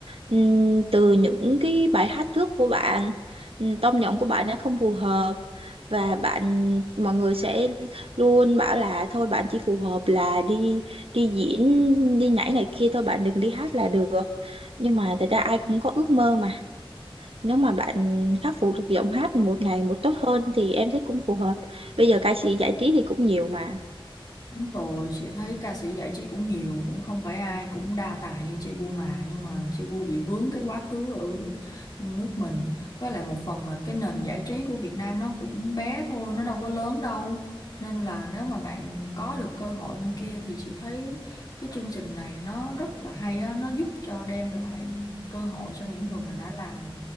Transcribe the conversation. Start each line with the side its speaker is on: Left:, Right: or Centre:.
Right: Ừm, từ những cái bài hát trước của bạn, ừm, tông giọng của bạn nó không phù hợp và bạn mọi người sẽ luôn bảo là thôi bạn chỉ phù hợp là đi đi diễn, đi nhảy này kia thôi bạn đừng đi hát là được. Nhưng mà thật ra ai cũng có ước mơ mà. Nếu mà bạn khắc phục được giọng hát một ngày một tốt hơn thì em thấy cũng phù hợp. Bây giờ ca sĩ giải trí thì cũng nhiều mà.
Left: Đúng rồi, chị thấy ca sĩ giải trí cũng nhiều, cũng không phải ai cũng đa tài như chị Bu mà, nhưng mà chị Bu bị vướng cái quá khứ ở nước mình. Với lại một phần là cái nền giải trí của Việt Nam nó cũng bé thôi, nó đâu có lớn đâu. Nên là nếu mà bạn có được cơ hội bên kia thì chị thấy cái chương trình này nó rất là hay á, nó giúp cho đem lại cơ hội cho những người mà đã làm